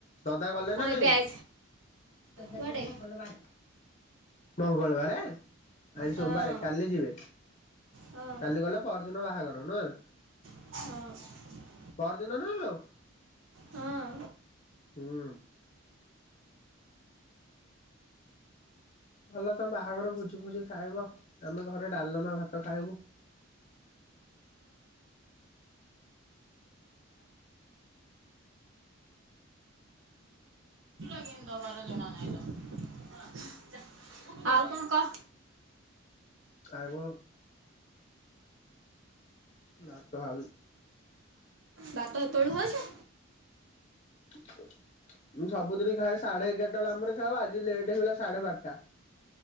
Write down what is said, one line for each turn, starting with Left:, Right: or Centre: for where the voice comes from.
Left: ଦଦା ଗଲେ
Right: କଣ
Left: ନା ନାଇଁ।
Right: ଏବେ ଆଇ
Left: ଦଦା
Right: କୁଆଡ଼େ?
Left: ଯୋଉଦିନ ଗଲେ ବାର ମଙ୍ଗଳବାରେ। ଆଜି ସୋମବାରେ
Right: ହଁ
Left: କାଲି ଯିବେ
Right: ହଁ
Left: କାଲି ଗଲେ ପରଦିନ ବାହାଘର ନୁହ?
Right: ହଁ।
Left: ପହର ଦିନ ନା ଲୋ?
Right: ହଁ।
Left: ହୁଁ। ଭଲ ତମ ବାହାଘର ଭୋଜି ଭୋଜି ଖାଇବ ଆମେ ଘରେ ଡାଲମା ଭାତ ତ ଖାଇବୁ।
Right: <unintelligible> ଆଉ କଣ କହ
Left: ଆଉ କଣ ଭାତ
Right: ବାଟ ତଳ ଭଛ
Left: ଆ ମୁଁ ସବୁଦିନ ଖାଏ ସାଢେ ଏଗାରଟା ବେଳ ଆମ ଖାାଉ ଆଜି ଲେଟ ହେଇଗଲା ସାଢେ ବାରଟା